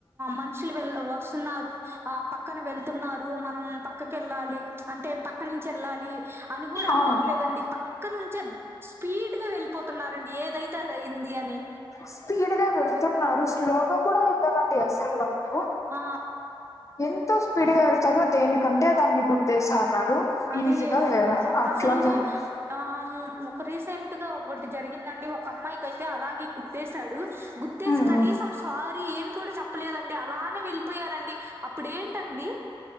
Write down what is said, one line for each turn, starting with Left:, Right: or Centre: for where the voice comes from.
Right: మనుషులు వెళ్ వస్తున్నారు ఆ పక్కన వెళ్తున్నారు మనం పక్కకు వెళ్ళాలి అంటే పక్క నుంచి వెళ్ళాలి అని కూడా అనుకోవట్లేదండి
Left: ఆ
Right: పక్క నుంచే స్పీడ్ గా వెళ్ళిపోతున్నారండి ఏదైతే అది అయింది అని
Left: స్పీడ్ గా వెళ్తున్నారు స్లోగా కూడా వెళ్ళారుఅండి అసలు వాళ్ళు
Right: ఆ
Left: ఎంతో స్పీడ్ గా వెళ్తారు దేనికంటే దాన్ని గుద్దేస్తానారు రు
Right: అది
Left: ఈజీగా
Right: ఒక
Left: అట్లా
Right: అసలు
Left: జరుపు
Right: ఆ ఒక రీసెంట్ గా ఒకటి జరిగిందండి ఒక అమ్మాయికి అయితే అలాగే గుద్దేశాడు గుద్దేసి
Left: ఉమ్
Right: కనీసం సారీ ఏం కూడా చెప్పలేదండి అలానే వెళ్ళిపోయారండి అప్పుడేంటండి